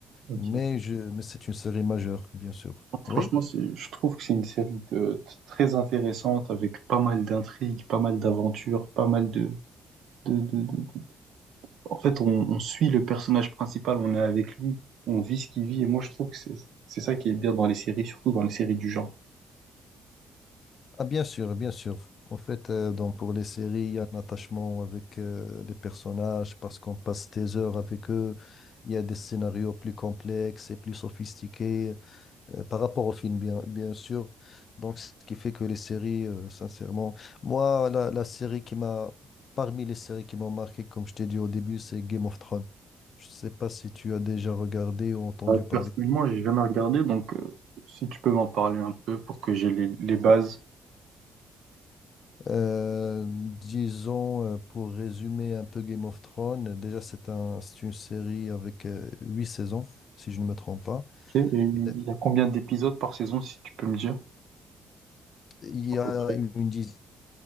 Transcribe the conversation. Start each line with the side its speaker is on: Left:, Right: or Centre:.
Right: Ok.
Left: Mais, je, mais c'est une série majeure, bien sûr.
Right: Franchement,
Left: Oui?
Right: c'est- je trouve que c'est une série de- très intéressante avec pas mal d'intrigues, pas mal d'aventures, pas mal de, de, de- de- de- En fait, on, on suit le personnage principal, on est avec lui, on vit ce qu'il vit et moi je trouve que c'est c'est ça qui est bien dans les séries, surtout dans les séries du genre.
Left: Ah, bien sûr, bien sûr. En fait, euh, donc pour les séries, il y a un attachement avec euh, les personnages parce qu'on passe des heures avec eux. Il y a des scénarios plus complexes et plus sophistiqués. euh, par rapport au film, bien, bien sûr. Donc, ce qui fait que les séries, euh, sincèrement, moi, la, la série qui m'a, parmi les séries qui m'ont marqué, comme je t'ai dit au début, c'est Game of Thrones. Je sais pas si tu as déjà regardé ou entendu
Right: Ah,
Left: parler.
Right: personnellement, j'ai jamais regardé, donc euh, si tu peux m'en parler un peu pour que j'ai les, les bases.
Left: Euh, disons, euh, pour résumer un peu Game of Thrones, euh, déjà, c'est un, c'est une série avec euh, huit saisons, si je ne me trompe pas.
Right: Ok, Et
Left: Euh,
Right: il y a combien d'épisodes par saison, si tu peux me dire?
Left: Il y
Right: À peu
Left: a
Right: près.
Left: une dizaine.